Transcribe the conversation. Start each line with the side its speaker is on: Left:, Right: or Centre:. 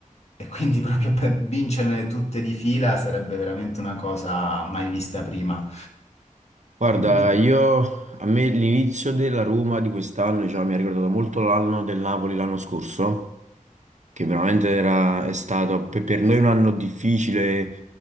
Left: e quindi <laughs> proprio per vincerle tutte di fila sarebbe veramente una cosa mai vista prima.
Right: Guarda,
Left: Quindi vi-
Right: io a me l'inizio della Roma di quest'anno, diciamo, mi ha ricordato molto l'anno del Napoli l'anno scorso, che veramente era, è stato per, per noi un anno difficile,